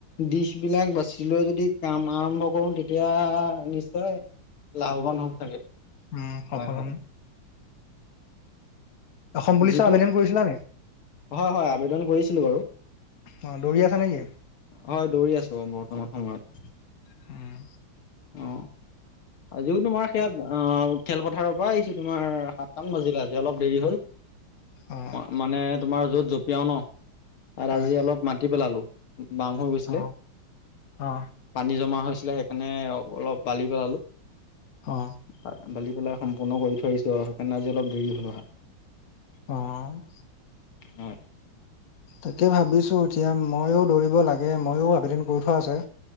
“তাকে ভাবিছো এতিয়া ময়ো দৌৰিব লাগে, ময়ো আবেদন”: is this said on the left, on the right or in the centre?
Left